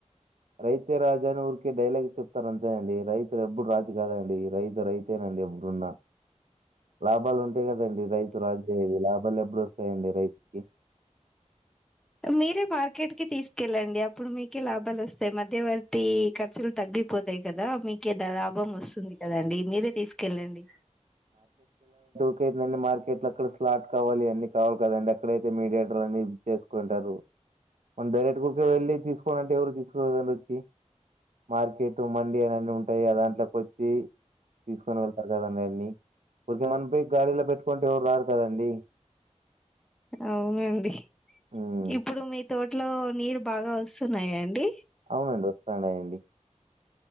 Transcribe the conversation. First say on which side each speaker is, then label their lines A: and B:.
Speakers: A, on the right; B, in the centre.
A: క రైతే రాజు అని ఊరికే డైలాగ్ చెప్తారు అంతే అండి. రైతు ఎప్పుడు రాజు కాదండి. రైతు, రైతే అంతేనండి ఎవరున్నా, లాభాలు ఉంటే కదండి, రైతు రాజేది లాబ్ బల్ ఎప్పుడు వస్తాయండి రైతుకి
B: మీరే మార్కెట్ కి తీసుకెళ్ళండి. అప్పుడు మీకే లాభాలు వస్తాయి. మధ్యవర్తి ఖర్చులు తగ్గి పోతాయి కదా, మీకే దా లాభం వస్తుంది కదండి, మీరే తీసుకెళ్ళండి.
A: ఇంకేందండిమార్కెట్ లో అక్కడ స్లాట్ కావాలి, అన్ని కావాలి కదండి. అక్కడైతే మీడియేటర్ అన్ని చేసుకుంటారు. మన డైరెక్ట్ ఊరికే వెళ్ళి తీసుకోలంటే ఎవరు తీసుకోదని వచ్చి మార్కెట్ మండి అన్నీ ఉంటాయి, ఆ దాంట్లోకి వచ్చి తీసుకొని వెళ్తారు కదండీ. ఆయన్ని ఊరికేమనం పోయి గాడలో పెట్టుకుంటే ఎవరు రారు కదండి.
B: అవునండి,
A: హ్మ్.
B: ఇప్పుడు మీ తోటలో నీరు బాగా వస్తున్నాయాండి.
A: అవునండి వస్తానైన్